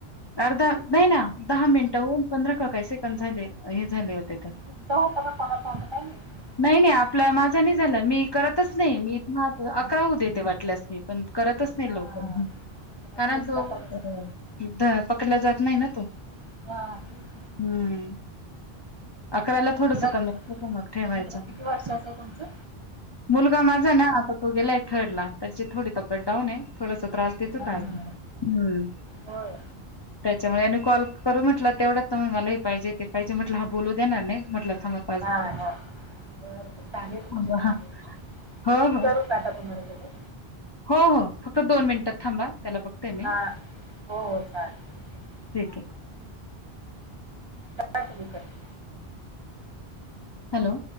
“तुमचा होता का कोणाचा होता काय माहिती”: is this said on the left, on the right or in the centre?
Right